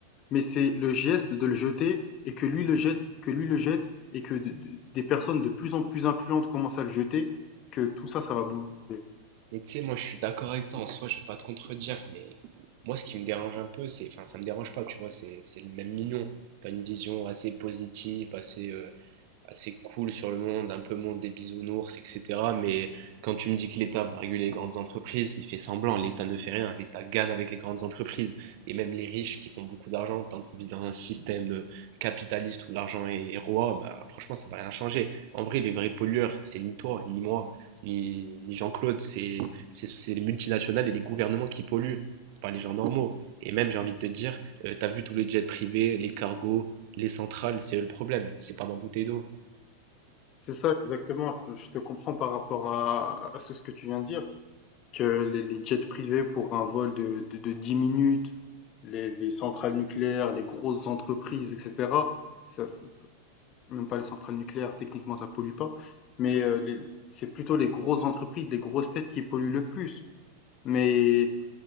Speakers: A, on the left (about 35°); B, on the right (about 45°).
A: mais c'est le geste de le jeter et que lui le jette, que lui le jette et que de- de- des personnes de plus en plus influentes commencent à le jeter, que tout ça, ça va bouger.
B: Mais tu sais, moi je suis d'accord avec toi, en soi je vais pas te contredire, mais moi ce qui me dérange un peu, c'est, enfin ça me dérange pas, tu vois, c'est c'est le même mignon. T'as une vision assez positive, assez euh, assez cool sur le monde, un peu monde des bisounours, etc. Mais quand tu me dis que l'État va réguler les grandes entreprises, il fait semblant, l'État ne fait rien, l'État gagne avec les grandes entreprises. Et même les riches qui font beaucoup d'argent, tant qu'on vit dans un système capitaliste où l'argent est roi, bah, franchement, ça va rien changer. En vrai, les vrais pollueurs, c'est ni toi, ni moi, ni, ni Jean-Claude, c'est c'est, c'est les multinationales et les gouvernements qui polluent, pas les gens normaux. Et même, j'ai envie de te dire, euh, t'as vu tous les jets privés, les cargos, les centrales, c'est eux le problème, c'est pas ma bouteille d'eau.
A: C'est ça exactement. Je te comprends par rapport à, à ce que tu viens de dire. que les, les jets privés pour un vol de, de, de 10 minutes, les, les centrales nucléaires, les grosses entreprises, etc. Ça, ça- ça- ça- même pas les centrales nucléaires, techniquement, ça pollue pas. Mais euh, les- c'est plutôt les grosses entreprises, les grosses têtes qui polluent le plus. Mais